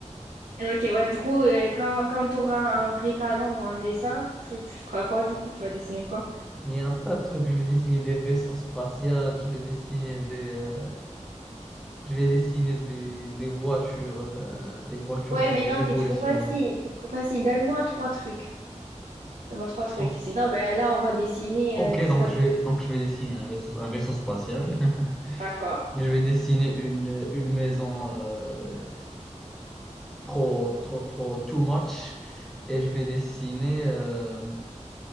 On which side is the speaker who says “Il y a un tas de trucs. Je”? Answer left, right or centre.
Centre